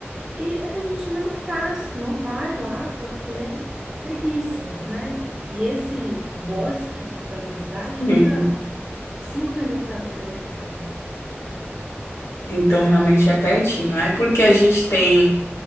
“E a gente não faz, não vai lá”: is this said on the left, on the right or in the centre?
Right